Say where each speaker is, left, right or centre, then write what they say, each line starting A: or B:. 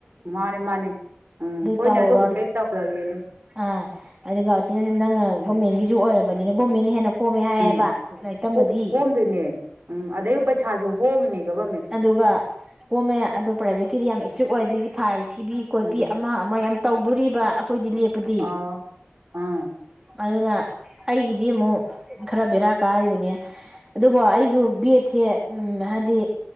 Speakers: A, on the right; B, on the right.
A: ꯃꯥꯅꯤ ꯃꯥꯅꯦ ꯎꯝ ꯍꯣꯏꯅꯦ
B: ꯇꯧꯍꯧꯔꯣ
A: ꯑꯗꯨꯕꯨꯗꯤ ꯑꯩ ꯇꯧꯔꯒꯦꯅꯦ
B: ꯑꯥ ꯑꯗꯨꯒ ꯅꯪꯅ ꯒꯣꯔꯃꯦꯟꯒꯤꯁꯨ ꯑꯣꯏꯔꯕꯅꯤꯅ ꯒꯦꯟꯟꯅ ꯍꯦꯟꯅ ꯀꯣꯝꯃꯦ ꯍꯥꯏꯌꯦꯕ
A: ꯎꯝ
B: ꯂꯥꯏꯔꯤꯛ ꯇꯝꯕꯗꯤ
A: ꯀꯣꯝꯗꯣꯏꯅꯦ ꯎꯝ ꯑꯗꯩ ꯄꯩꯁꯥꯁꯨ ꯍꯣꯡꯉꯅꯤ ꯒꯣꯕꯔ
B: ꯑꯗꯨꯒ ꯒꯣꯔꯚꯔꯃꯦꯟ ꯑꯗꯨ ꯄ꯭ꯔꯥꯏꯚꯦꯠꯀꯤꯗꯤ ꯌꯥꯝ ꯏꯁꯇ꯭ꯔꯤꯛ ꯑꯣꯏ ꯑꯗꯨꯗꯩꯗꯤ ꯐꯥꯏꯜ ꯊꯤꯕꯤ ꯈꯣꯠꯄꯤ
A: ꯎꯝ
B: ꯑꯃ ꯑꯃ ꯌꯥꯝ ꯇꯧꯗꯣꯔꯤꯕ ꯑꯩꯈꯣꯏꯗꯤ ꯂꯦꯞꯄꯗꯤ
A: ꯑꯣ ꯑꯥ
B: ꯑꯗꯨꯅ ꯑꯩꯒꯤꯗꯤ ꯑꯃꯨꯛ ꯈꯔ ꯕꯦꯔꯥ ꯀꯥꯔꯤꯕꯅꯤ ꯑꯗꯨꯕꯨ ꯑꯩꯁꯨ ꯕꯦꯠꯁꯦ ꯍꯥꯏꯗꯤ